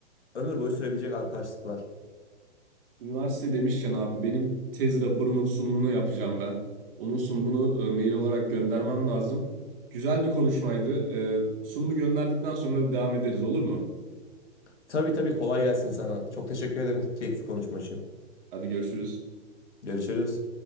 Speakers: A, on the left; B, on the right.
A: ömür boyu sürebilecek arkadaşlıklar.
B: Üniversite demişken abi benim tez raporumun sunumunu yapacağım ben. Onun sunumunu e, mail olarak göndermem lazım. Güzel bir konuşmaydı. E, sunumu gönderdikten sonra devam ederiz olur mu?
A: Tabii tabii kolay gelsin sana. Çok teşekkür ederim keyifli konuşma için.
B: Hadi görüşürüz.
A: Görüşürüz.